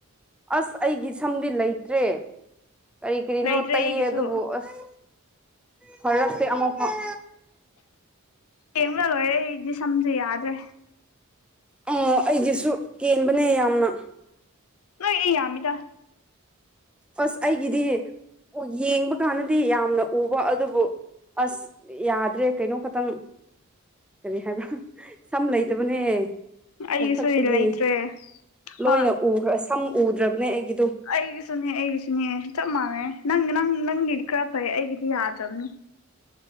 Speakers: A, in the centre; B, on the left (about 80°).
A: ꯑꯁ ꯑꯩꯒꯤ ꯁꯝꯗꯤ ꯂꯩꯇ꯭ꯔꯦ ꯀꯔꯤ ꯀꯔꯤꯅꯣ
B: ꯂꯩꯇ꯭ꯔꯦ
A: ꯇꯩꯌꯦ
B: ꯑꯩꯒꯤꯁꯨ
A: ꯑꯗꯨꯕꯨ ꯑꯁ ꯄꯨꯔꯛꯇꯦ ꯑꯃꯐꯥꯎ
B: ꯀꯦꯟꯕꯅ ꯂꯣꯏꯔꯦ ꯑꯩꯒꯤꯗꯤ ꯁꯝꯖꯦ ꯌꯥꯗ꯭ꯔꯦ
A: ꯑꯣ ꯑꯩꯒꯤꯁꯨ ꯀꯦꯟꯕꯅꯦ ꯌꯥꯝꯅ
B: ꯅꯣꯏꯒꯤꯗꯤ ꯌꯥꯝꯃꯤꯗ
A: ꯑꯁ ꯑꯩꯒꯤꯗꯤ ꯌꯦꯡꯕ ꯀꯥꯟꯗꯗꯤ ꯌꯥꯝꯅ ꯎꯕ ꯑꯗꯨꯕꯨ ꯑꯁ ꯌꯥꯗ꯭ꯔꯦ ꯀꯩꯅꯣ ꯈꯇꯪ ꯀꯔꯤ ꯍꯥꯏꯕ꯭ꯔꯥ ꯁꯝ ꯂꯩꯇꯕꯅꯦ
B: ꯑꯩꯒꯤꯁꯨ
A: ꯃꯊꯛꯇꯒꯤ
B: ꯂꯩꯇ꯭ꯔꯦ
A: ꯂꯣꯏꯅ
B: ꯍꯣꯏ
A: ꯎꯈ꯭ꯔ ꯁꯝ ꯎꯗ꯭ꯔꯕꯅꯦ ꯑꯩꯒꯤꯗꯣ
B: ꯑꯩꯒꯤꯁꯨꯅꯦ ꯑꯩꯒꯤꯁꯨꯅꯦ ꯆꯞ ꯃꯥꯟꯅꯩ ꯅꯪ ꯅꯪ ꯅꯪꯒꯤꯗꯤ ꯈꯔ ꯐꯩ ꯑꯩꯒꯤꯗꯤ ꯌꯥꯗ꯭ꯔꯕꯅꯦ